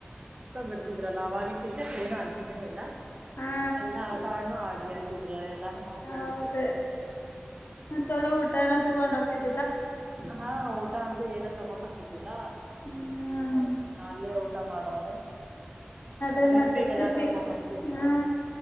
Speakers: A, on the right; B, on the left.
A: ಬಿಡ್ತಿದ್ರಲ್ಲ ಟೀಚರ್ ಏನು ಅಂತಿದ್ದನಿ ಇಲ್ಲ
B: ಹಾ
A: ಎಲ್ಲಾ ಆ ಕಾಡ್ ಆಡ್ರಿ ಅಂತಿದ್ರ ಎಲ್ಲಾನು ಮಾಡ್ರಿ
B: ಹೌದ
A: ಅಂತಿದ್ರ
B: ಮತ್ತೊಲ ಊಟನ ತಗೊಂಡ್ ಹೋಗಿದ್ದ
A: ಹಾ ಊಟ ಅಂತೂ ಏನ ತಗೊಂಡ್ ಹೋಗ್ತಿದ್ದಿಲ್ಲ
B: ಹ್ಮ್
A: ಹ ಅಲ್ಲೇ ಊಟ ಮಾಡೋದು
B: ಅದೇ
A: ಟ್ರಿಪ್ಪಿಗೆಲ್ಲಾ
B: ಮತ್ತೆ ಟ್ರಿಪಿ
A: ಕರ್ಕೊಂಡ್ ಹೋಗ್ತಿದ್ರ
B: ಹಾ